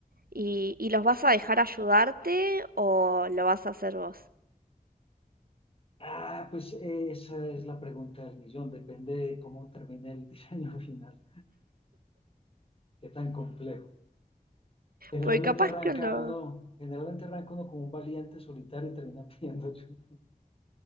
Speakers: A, on the right; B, on the left.
A: ¿Y, y los vas a dejar ayudarte o lo vas a hacer vos?
B: Ah, pues eh, esa es la pregunta del millón, depende de cómo termine el <laughs> diseño final, qué tan complejo. Generalmente
A: Porque capaz
B: arranca
A: que lo...
B: uno, generalmente arranca uno como un valiente solitario y termina <laughs> pidiendo ayuda.